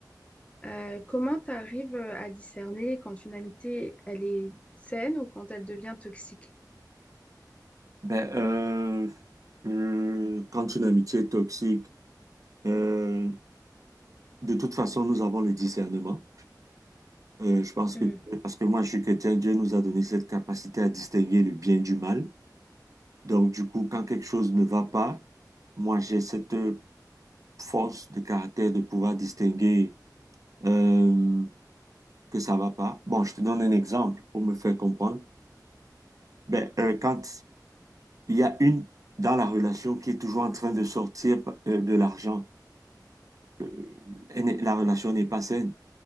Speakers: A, on the left; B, on the right.
A: Euh, comment tu arrives euh, à discerner quand une amitié elle est saine ou quand elle devient toxique?
B: Ben, euh, euh, quand une amitié est toxique, euh, de toute façon, nous avons le discernement. Euh, je pense
A: Hmm,
B: que, parce que moi, je suis chrétien, Dieu nous a donné cette capacité à distinguer le bien du mal. Donc, du coup, quand quelque chose ne va pas, moi, j'ai cette euh, force de caractère de pouvoir distinguer euh, que ça va pas. Bon, je te donne un exemple pour me faire comprendre. Ben, euh, quand il y a une dans la relation qui est toujours en train de sortir euh, de l'argent, euh, elle n'est- la relation n'est pas saine.